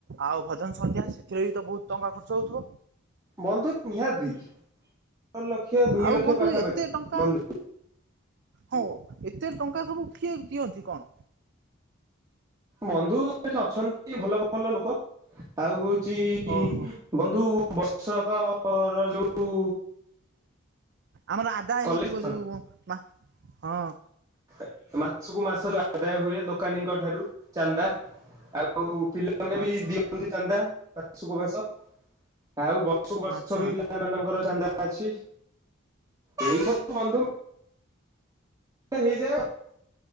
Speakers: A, on the right (about 55°); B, on the right (about 20°).
A: ଆଉ ଭଜନ ସନ୍ଧ୍ୟା ସେଥିରେ ବି ତ ବହୁତ ଟଙ୍କା ଖ ର୍ଚ୍ଚ ହଉଥିବ?
B: ବନ୍ଧୁ ନିହାତି <inaudible> ଲକ୍ଷେ ଦୁଇ
A: ଆଉ
B: ଲକ୍ଷ
A: ବନ୍ଧୁ
B: ପାଖାପାଖି
A: ଏତେ ଟଙ୍କା
B: ବନ୍ଧୁ।
A: ହଉ ଏତେ ଟଙ୍କା ସବୁ କିଏ ଦିଅନ୍ତି କଣ?
B: ବନ୍ଧୁ ଏଠି ଅଛନ୍ତି ଭଲ ଭଲ ଲୋକ ଆଉ ହଉଛି
A: ଓହୋ
B: ବନ୍ଧୁ ବର୍ଷକର ଯୋଉ
A: ଆମର ଆଦାୟ
B: କଲେକ୍ସନ
A: ହେଇଥିବ ଯୋଉ ମା ହଁ।
B: ସେ-ସେ ମାସୁକୁ ମାସ ଯୋଉ ଆଦାୟ ହୁଏ ଦୋକାନୀଙ୍କ ଠାରୁ ଚାନ୍ଦା ଆଉ ଆଉ ପିଲାମାନେ
A: ଆଚ୍ଛା
B: ବି ଦିଅନ୍ତି ଚାନ୍ଦା ମାସୁକୁ ମାସ। ଆଉ ବର୍ଷକୁ ବର୍ଷ
A: ଆଚ୍ଛା
B: ବି ପିଲାମାନଙ୍କର ଚାନ୍ଦା ଅଛି। ଏଇ ସବୁ ବନ୍ଧୁ। ହେଇଯାଏ।